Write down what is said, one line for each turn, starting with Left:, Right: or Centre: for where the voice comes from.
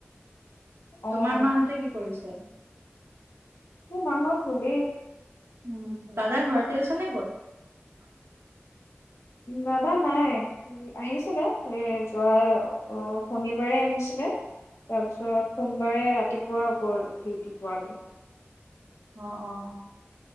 Left: অ'
Right: তোমাৰ মাহঁতে কি কৰিছে?
Left: মোৰ মা-হত শুলেই।
Right: উম', দাদা ঘৰতে আছে নে, গত?
Left: দাদা নাই আহিছিলে। এ', যোৱা শনিবাৰে আহিছিলে তাৰপিছত সোমবাৰে ৰাতিপুৱা গল ডিউটি পোৱাকে।
Right: অ', - অ',